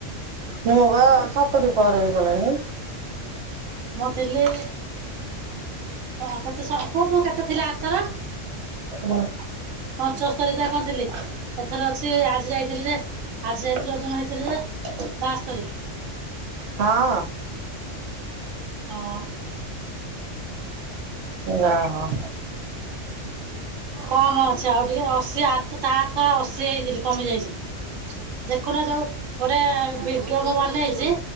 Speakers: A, on the right; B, on the right.
A: ମୁଁ ବା ସତରୀ ପରେ ହେଇଗଲାଣି।
B: ମୁଁ ଥିଲି ପଶଠୀ ସ ପୁଅ ତୁ କେତେ ଥିଲେ ଆର ଥର?
A: ହୁଁ।
B: ପଞ୍ଚସ୍ତରୀ ତା କଣଥିଲି ଏଥର ଅଛି ଆଜି ଯାଇଥିଲି ଯେ ଆଜି ଯାଇଥିଲି ଓଜନ ହେଇଥିଲା ବାସ୍ତରୀ
A: ହଁ।
B: ହଁ।
A: ଯା ହଉ।
B: କମ୍ ଅଛି ଆଉ ଟିକେ ଅଶୀ ତାଥର ଅଶୀ ହେଇଥିଲି କମି ଯାଇଛି। ଦେଖୁନ ଯୋଉ ଗୋଟେ ଭିଡିଓ ମୁଁ ବନେଇଚି